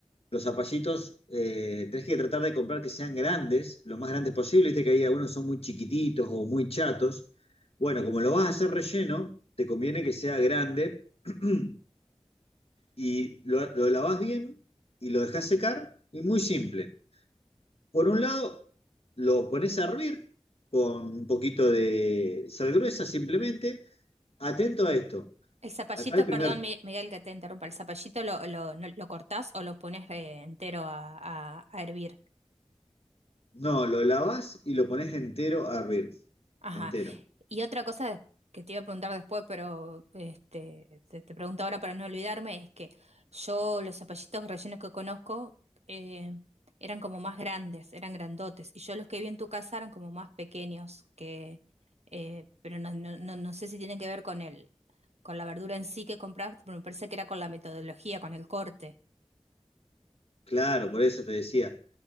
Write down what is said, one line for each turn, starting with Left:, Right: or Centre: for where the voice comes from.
Left: Los zapallitos eh, tenés que tratar de comprar que sean grandes, lo más grandes posible. Viste que ahí algunos son muy chiquititos o muy chatos. Bueno, como lo vas a hacer relleno, te conviene que sea grande. <clears throat> y lo, lo lavas bien y lo dejas secar. Y muy simple. Por un lado, lo pones a hervir con un poquito de sal gruesa simplemente. Atento a esto.
Right: El zapallito,
Left: Acá el primer,
Right: perdón, Mi- Miguel, que te interrumpa. El zapallito lo, lo, no- lo cortás o lo pones eh, entero a, a- a hervir.
Left: no, lo lavas y lo pones entero a hervir.
Right: Ajá,
Left: Entero.
Right: Y otra cosa des- que te iba a preguntar después, pero este, te, te pregunto ahora para no olvidarme, es que yo los zapallitos rellenos que conozco eh, eran como más grandes, eran grandotes, y yo los que vi en tu casa eran como más pequeños, que, eh, pero no, no, no, no sé si tienen que ver con el, con la verdura en sí que compraste, pero me parece que era con la metodología, con el corte.
Left: Claro, por eso te decía,